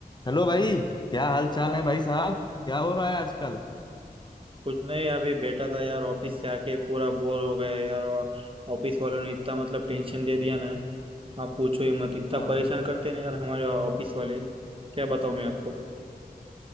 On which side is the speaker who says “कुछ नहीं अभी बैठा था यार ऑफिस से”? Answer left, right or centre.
Right